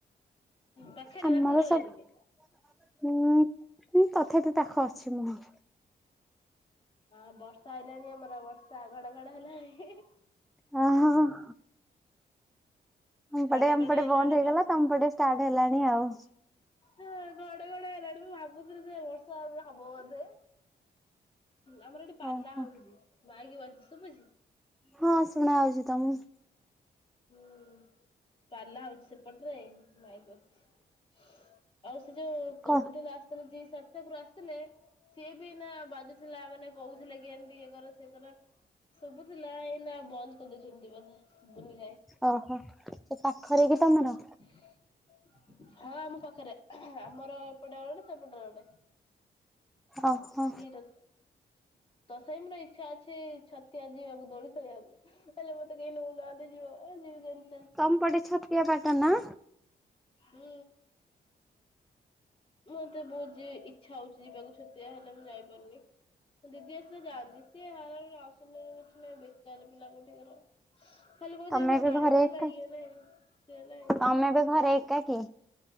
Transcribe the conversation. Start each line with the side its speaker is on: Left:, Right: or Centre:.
Left: ପାଖରେ
Centre: ଆମର
Left: ନା ଦୂରରେ
Centre: ସବୁ
Left: ଟିକେ?
Centre: ଉଁ ତଥାପି ପାଖ ଅଛି ମୁଁ।
Left: ହଁ ବର୍ଷା ଆଇଲାଣି ଆମର ବର୍ଷା ଘଡଘଡ ହେଲାଣି।
Centre: ହଁ ହଁ ହଁ। ଏମପଟେ
Left: ଘଡଘଡ
Centre: ଏମପଟେ
Left: ହେଲାଣି
Centre: ବନ୍ଦ ହେଇଗଲା, ତମପଟେ ଷ୍ଟାର୍ଟ ହେଲାଣି ଆଉ।
Left: ହ ଘଡ ଘଡ ହେଲାଣି ମୁଁ ଭାବୁଥିଲି ଯେ ବର୍ଷା ଏବେ ହବ ବୋଧେ। ଆମର ଏଠି ପଲା
Centre: ଓହୋ।
Left: ହଉଛି ମାଇାକି ବାଜୁଚି ଶୁଭୁଛି?
Centre: ହଁ ଶୁଣାହଉଛି ତମକୁ?
Left: ହୁଁ ପାଲା ହଉଛି ସେପଟରେ ମାଇକି ବାଯୁଚି। ଆଉ ସେ ଯୋଉ କହୁଥିଲୁ
Centre: କଣ
Left: ଆସିଥିଲେ ଯିଏ କରୁ ଆସିଥିଲେ, ସିଏ ବି ନା ବାଜୁଥିଲା ମାନେ କହୁଥିଲେ, କି ଏମତି ଏ କର ସେଏ କର। ଶୁବୁ ଥିଲା ଏଇନା ବନ୍ଦ କରିଦେଇଛନ୍ତି ବଧେ ଶୁୁନି
Centre: ଓହୋ ସେ ପାଖରେ କି ତମର?
Left: ହ। ହଁ ଆମ ପାଖରେ ଆମର ଏପଟେ ଗୋଟେ ସେପଟରେ ଗୋଟେ।
Centre: ଓହୋ।
Left: ନିଟ ତଥାପି ମୋର ଇଚ୍ଛା ଅଛି ଛତିଆ ଯିବାକୁ ଦୋଳି ଖେଳିବାକୁ ହେଲେ ମତେ କେହି ନଉନାହାନ୍ତି ଯିବ ଏ <unintelligible>
Centre: ତମ ପଟେ ଛତିଆ ବାଟ ନା?
Left: ହୁଁ। ମତେ ବହୁତ ଇଛା ହଉଛି ଯିବାକୁ ଛତିଆ ହେଲେ ମୁଁ ଯାଇପାରୁନି। ଦିଦି ଆସିଲେ ଯାଆନ୍ତି ସିଏ ବାଳ ଆସୁ କିଛି ନାହିଁ ବେକାର ପିଲା କୋଠିକାର। ଖାଲି କହୁଛି
Centre: ତମେ
Left: ମୋ
Centre: ଏବେ
Left: ଗାଡି
Centre: ଘରେ
Left: ଭଲ
Centre: ଏକା
Left: ନାହିଁ, ଇଏ ନାଇଁ, ସିଏ ନାଇଁ।
Centre: ତମେ ଏବେ ଘରେ ଏକା କି?